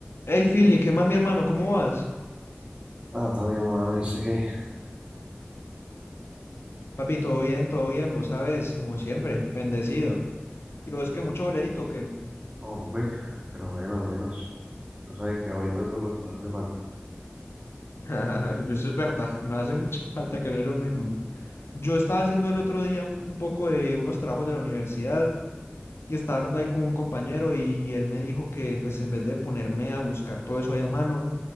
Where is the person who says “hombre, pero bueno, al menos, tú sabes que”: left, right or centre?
Right